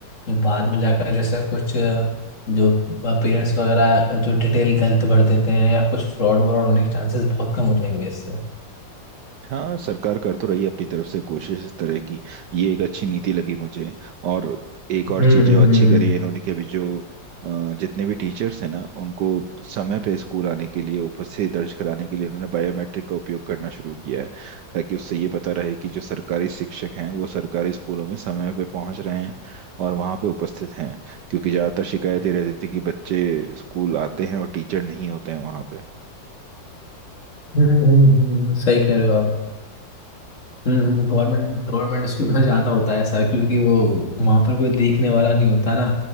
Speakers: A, on the left; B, on the right.
A: जो बाद में जाकर जैसे कुछ जो पेरेंट्स वगैरह जो डिटेल गलत भर देते हैं या कुछ फ्रॉड व्रॉड होने के चांसेस बहुत कम हो जाएंगे इससे
B: हाँ सरकार कर तो रही है अपनी तरफ से कोशिश इस तरह की ये एक अच्छी नीति लगी मुझे और एक और
A: हम्म
B: चीज
A: हम्म
B: जो अच्छी
A: हम्म
B: करी है इन्होंने कि अभी जो अ, जितने भी टीचर्स हैं ना उनको समय पे स्कूल आने के लिए उपस्थिति दर्ज कराने के लिए इन्होंने बायोमेट्रिक का उपयोग करना शुरू किया है ताकि उससे ये पता रहे कि जो सरकारी शिक्षक हैं वो सरकारी स्कूलों में समय पे पहुंच रहे हैं और वहाँ पे उपस्थित हैं क्योंकि ज़्यादातर शिकायत ये रहती थी कि बच्चे स्कूल आते हैं और टीचर नहीं होते हैं वहाँ पे
A: हम्म हम्म, हम्म, सही कह रहे हो आप हम्म गवर्नमेंट गवर्नमेंट स्कूल में ज़्यादा होता है ऐसा क्योंकि वो वहाँ पर कोई देखने वाला नहीं होता ना